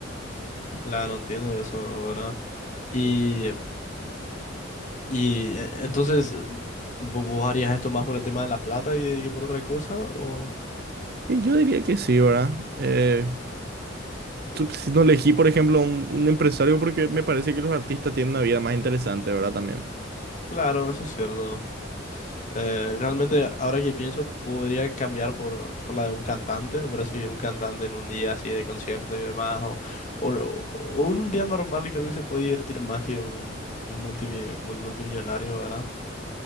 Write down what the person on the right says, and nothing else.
Y yo diría que sí, ¿verdad? Eh, tú- si no elegí, por ejemplo, un, un empresario porque me parece que los artistas tienen una vida más interesante, ¿verdad? También.